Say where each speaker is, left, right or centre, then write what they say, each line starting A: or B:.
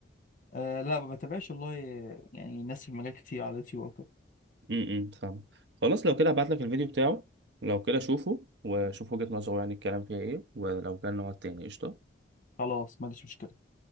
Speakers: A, on the left; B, on the right.
A: آه، لا ما بتابعش والله يعني ناس في المجال كتير على اليوتيوب او كده
B: امم فاهم خلاص لو كده هبعت لك الفيديو بتاعه لو كده شوفه وشوف وجهة نظره يعني الكلام فيها إيه ولو كان نقعد تاني قشطة
A: خلاص ما عنديش مشكله